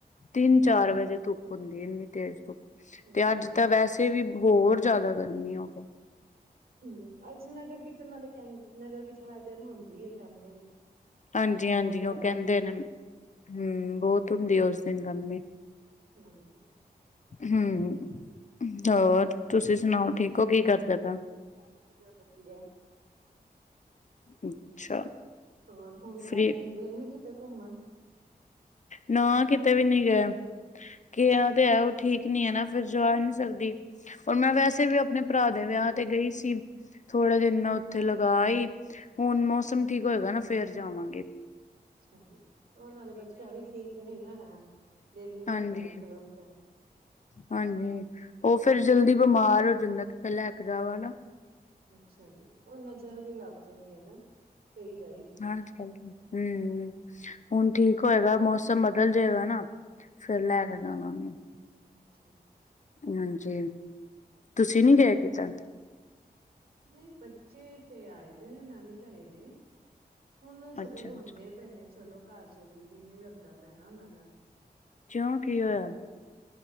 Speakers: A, on the left (about 50°); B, on the right (about 75°).
A: ਤਿੰਨ-ਚਾਰ ਵਜੇ ਧੁੱਪ ਹੁੰਦੀ ਏ, ਇੰਨੀ ਤੇਜ਼ ਧੁੱਪ।
B: ਅੱਛਾ
A: ਤੇ ਅੱਜ
B: ਜੀ।
A: ਤਾਂ ਵੈਸੇ ਵੀ ਹੋਰ ਜਾਦਾ ਗਰਮੀ ਹੋ ਗਈ।
B: ਹੂੰ, ਅੱਜ ਨਗਰ ਕੀਰਤਨ ਵਾਲੇ ਕੈਂ, ਨਗਰ ਕੀਰਤਨ ਵਾਲ਼ੇ ਦਿਨ ਹੁੰਦੀ ਏ, ਕੈਂਦੇ ਨੇ।
A: ਹਾਂਜੀ-ਹਾਂਜੀ,
B: ਗਰਮੀ ਬਹੁਤ ਜ਼ਿਆਦਾ
A: ਓ ਕੈਂਦੇ
B: ਹੁੰਦੀ
A: ਨੇ, ਹੂੰ, ਬੋਤ ਹੁੰਦੀ ਐ ਉਸ ਦਿਨ ਗਰਮੀ।
B: ਹਾਂਜੀ।
A: ਹੂੰ, ਹੋਰ ਤੁਸੀਂ ਸੁਨਾਓ ਠੀਕ ਓ, ਕੀ ਕਰਦੇ ਪਏ ਓ?
B: ਹਾਂਜੀ, ਮੈਂ ਵਧੀਆ।
A: ਅੱਛਾ।
B: ਹੋਰ, ਹੁਣ
A: ਫਰੀ
B: ਐਦਕੀ ਗਏ ਨੀ ਕਿਤੇ ਘੁੰਮਣ?
A: ਨਾ ਕਿਤੇ ਵੀ ਨੀਂ ਗੇ, ਕਿਆ
B: ਅੱਛਾ
A: ਤੇ ਐ ਠੀਕ ਨੀਂ ਐ ਨਾ, ਫਿਰ ਜਾ ਨੀਂ ਸਕਦੀ। ਹੋਰ ਮੈਂ ਵੈਸੇ ਵੀ ਆਪਨੇ ਭਰਾ ਦੇ ਵਿਆਹ ਤੇ ਗਈ ਸੀ। ਥੋੜੇ ਦਿਨ ਮੈਂ ਉੱਥੇ ਲਗਾ ਆਈ, ਹੁਣ ਮੌਸਮ ਠੀਕ ਹੋਏਗਾ ਨਾ ਫੇਰ ਜਾਵਾਂਗੀ।
B: ਅੱਛਾ ਜੀ, ਓ ਨਾਲੇ ਬੱਚਾ ਵੀ ਠੀਕ ਨੀਂ ਨਾ ਹੈ, ਦਿਲ ਨੀਂ
A: ਹਾਂਜੀ,
B: ਕਰਦਾ ਨਿਕਲਣ ਤੇ।
A: ਹਾਂਜੀ, ਓ ਫੇਰ ਜਲਦੀ ਬਿਮਾਰ ਹੋ ਜਾਂਦਾ, ਕਿਤੇ ਲੈ ਕੇ ਜਾਵਾਂ ਨਾ।
B: ਅੱਛਾ ਜੀ, ਓ ਨਜਰ ਵੀ ਲੱਗ ਜਾਂਦੀ ਏ ਨਾ ਕਈਂ ਵਾਰੀ।
A: ਹਾਂਜੀ, ਹਾਂਜੀ, ਹਂ। ਹੁਣ ਠੀਕ ਹੋਏਗਾ, ਮੌਸਮ ਬਦਲ ਜੇਗਾ ਨਾ ਫੇਰ ਲੈ ਕੇ ਜਾਵਾਂਗੀ।
B: ਅੱਛਾ।
A: ਹਾਂਜੀ। ਤੁਸੀਂ ਨੀ ਗਏ ਕਿਤੇ?
B: ਨਈਂ, ਬੱਚੇ ਤੇ ਆਏ ਦੇ ਨੇ ਨਾਨੀ ਘਰੇ ਨੇ, ਹੁਣ ਸਗੋਂ
A: ਅੱਛਾ,
B: ਰੋਂਦੇ
A: ਅੱਛਾ
B: ਪੇ ਨੇਂ। ਚਲੋ ਘਰ ਚਲੀਏ, ਦਿਲ ਨੀਂ ਲੱਗਦਾ ਪਿਆ ਨਾਂ ਓਨਾਂ ਦਾ।
A: ਕਿਯੋਂ ਕੀ ਹੋਇਆ?